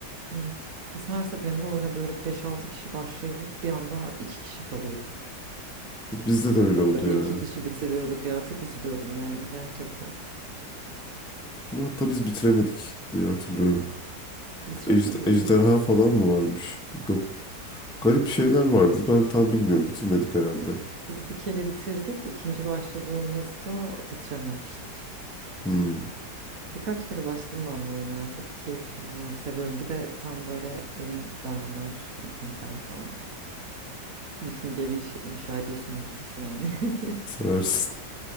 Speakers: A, on the right; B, in the centre.
A: evet biz her seferinde oyuna böyle beş altı kişi başlayıp bir anda 2 kişi kalıyorduk.
B: Bizde de öyle
A: Hep
B: oldu
A: böyle
B: ya.
A: 2 kişi bitiriyorduk ya çok üzülüyordum yani gerçekten.
B: Ama Hatta biz bitiremedik diye hatırlıyorum.
A: Bitiremediniz
B: Ejde- ejderha
A: mi? Biz
B: falan mı varmış? Yok. Garip şeyler vardı. Ben tam bilmiyorum. Bitirmedik herhalde.
A: biz bir kere bitirdik ikinci başladığımızda bitirememiştik.
B: Hmm,
A: Birkaç kere başladım ben bu oyuna ya. Çok keyifli bilmiyorum seviyorum. Bir de tam böyle benim dönemler Vikingler falan. Viking evi iş- inşa ediyorsun müthiş yani. <laughs>
B: seversin.